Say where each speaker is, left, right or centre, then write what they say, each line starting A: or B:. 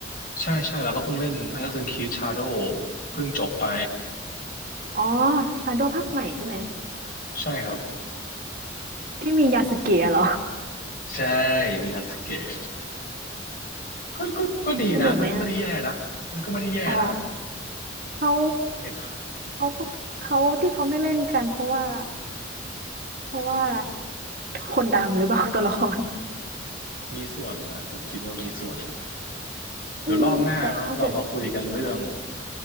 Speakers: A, on the left; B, on the right.
A: ใช่ใช่เราก็เพิ่งเล่น Assassin's Creed Shadow เพิ่งจบไป
B: อ๋อซาโดภาคใหม่ใช่ไหม
A: ใช่ครับ
B: ที่มียาสึเกะเหรอ
A: ใช่มียาสเกะก็ก็ก็ดีนะมันก็ไม่ได้แย่นะมันก็ไม่ได้แย่นะ
B: สนุกไหมอ่ะอ๋อเขา
A: เห็น
B: เขาก็เขาที่เขาไม่เล่นกันเพราะว่าเพราะว่าคนดำหรือเปล่า <laughs> ตัวละคร
A: มีส่วนนะผมคิดว่ามีส่วนเดี๋ยวรอบหน้าเนาะเรามาคุยกันเรื่อง
B: อืมแต่เอาเถอะ